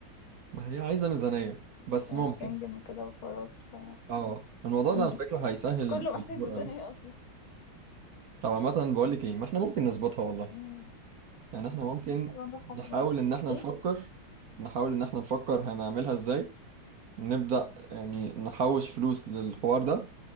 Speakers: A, on the right (about 55°); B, on the left (about 80°).
A: ما هي عايزة ميزانية بس
B: عشان
A: ممكن
B: الشنجن وكده وحوارات ف
A: اه الموضوع
B: مم.
A: ده على فكرة هيسهل
B: كله
A: الامور
B: محتاج ميزانية
A: قوي
B: أصلا
A: طب عامة بقول لك ايه ما احنا ممكن نظبطها والله
B: مم.
A: يعني احنا
B: لا
A: ممكن
B: بس إن شاء الله نروحها
A: نحاول
B: في يوم
A: ان احنا
B: إيه
A: نفكر نحاول ان احنا نفكر هنعملها ازاي نبدأ يعني نحوش فلوس للحوار ده